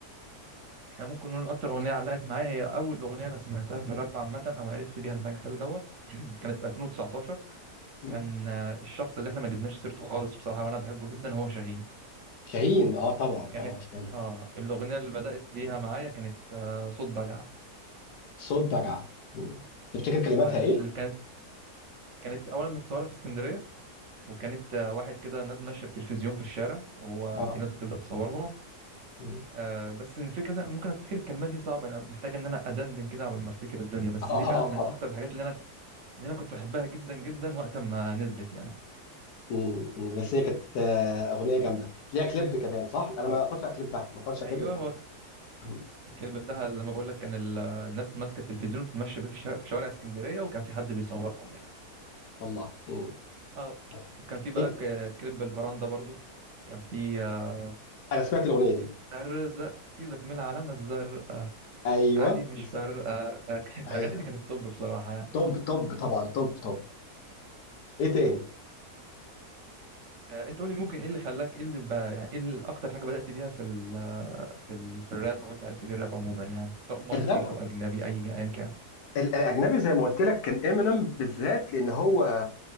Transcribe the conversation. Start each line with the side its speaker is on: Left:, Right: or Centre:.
Right: احنا ممكن نقول اكتر اغنيه علقت معايا هي اول اغنيه انا سمعتها في الراب عامه او عرفت بيها المجال دوت <clears throat> كانت في 2019
Left: مم.
Right: كان آه، الشخص اللي احنا ما جبناش سيرته خالص بصراحه وانا بحبه جدا هو شاهين
Left: شاهين اه طبعا
Right: وكانت
Left: اه شاهين
Right: اه الاغنيه اللي بدات بيها معايا كانت آه، صوت بجعه
Left: صوت بجعه مم. تفتكر
Right: صوت
Left: كلماتها
Right: بجعه
Left: ايه
Right: اللي كانت كانت اولا متصوره في اسكندريه وكانت آه، واحد كده ناس ماشيه بتلفزيون في الشارع وهو
Left: اه
Right: في ناس بتبدا تصورهم
Left: مم.
Right: آه، بس الفكره ده ممكن افتكر الكلمات دي صعبه انا محتاج ان انا ادندن كده قبل ما افتكر الدنيا بس
Left: اه اه
Right: دي فعلا
Left: اه
Right: من
Left: آه.
Right: اكتر الحاجات اللي انا اللي انا كنت بحبها جدا جدا وقت ما نزلت يعني
Left: مم. مم. بس هي كانت آه، اغنيه جامده ليها كليب كمان صح انا
Right: اه
Left: ما اتفرجتش على كليبها ما اتفرجتش
Right: ايوه
Left: على الكليب بتاعها
Right: هو
Left: مم.
Right: الكلب بتاعها لما بقول لك كان ال- الناس ماسكه التلفزيون بتمشي بيه في الشارع- في شوارع اسكندريه وكان في حد بيصورهم يعني
Left: والله مم.
Right: اه
Left: بس.
Right: وكان في بقى
Left: ايه
Right: ك- كليب الفراندا برضو كان في آه،
Left: انا سمعت الاغنيه دي
Right: بنت الرزق سيبك من العلامه الزرقاء
Left: ايوه
Right: عادي مش
Left: بالظبط
Right: فارقه آه، آه، كانت- <laughs> الاغاني
Left: ايوه
Right: دي كانت توب بصراحه يعني
Left: طب طب طبعا طب طب ايه تاني
Right: آه، انت قولي ممكن ايه اللي خلاك ايه اللي بقى يعني ايه ال- اكتر حاجه بدات بيها في ال في ال في الراب او انت عرفت بيه الراب عموما يعني سواء مصري
Left: الراب
Right: او اجنبي اي ايا كان
Left: الاجنبي زي ما قلت لك كان امينيم بالذات لان هو